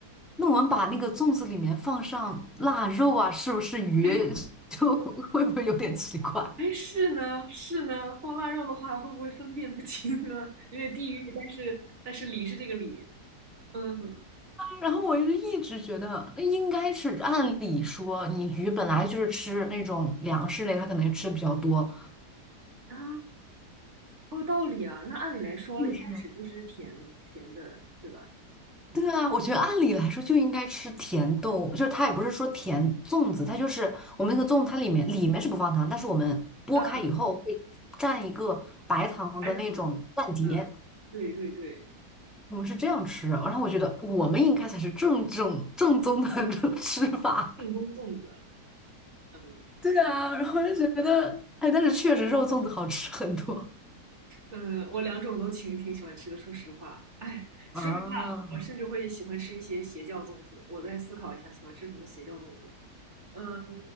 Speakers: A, in the centre; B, on the right.
A: 那我们把那个粽子里面放上腊肉啊，是不是鱼
B: 哎
A: <laughs> 就会不会有点奇怪？
B: 哎，是呢，是呢，放腊肉的话，会不会分辨不清呢？有点地域，但是但是理是这个理，嗯
A: 然后我就一直觉得，那应该是按理说，你鱼本来就是吃那种粮食类，它可能吃比较多。
B: 啊，好有道理啊。那按理来说，
A: 是不是呢？
B: 一开始就是甜甜的，对吧？
A: 对啊，我觉得按理来说就应该吃甜豆，就是它也不是说甜粽子，它就是我们那个粽，它里面里面是不放糖，但是我们剥开以后会蘸一个白糖的那种蘸碟，
B: 嗯，白糖，嗯，对对对，
A: 我们是这样吃。然后我觉得我们应该才是正正正宗的 <laughs> 吃法。
B: 正宗粽子，嗯
A: 对啊，然后就觉得，哎，但是确实肉粽子好吃很多。
B: 嗯，我两种都挺挺喜欢吃的，说实话，哎，说实话，
A: 啊，
B: 我甚至会喜欢吃一些邪教粽子。我再思考一下，喜欢吃什么邪教粽子。嗯。